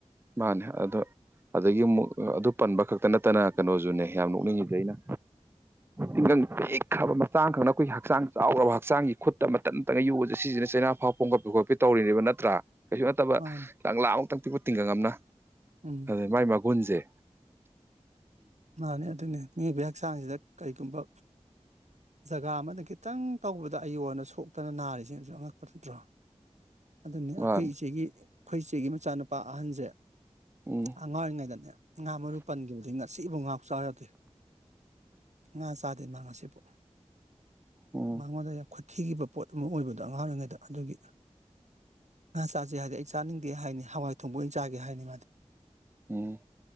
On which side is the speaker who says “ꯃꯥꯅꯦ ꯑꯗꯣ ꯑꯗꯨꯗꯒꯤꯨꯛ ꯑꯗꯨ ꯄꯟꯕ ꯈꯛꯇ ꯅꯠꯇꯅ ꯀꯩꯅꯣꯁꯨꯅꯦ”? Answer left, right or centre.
Right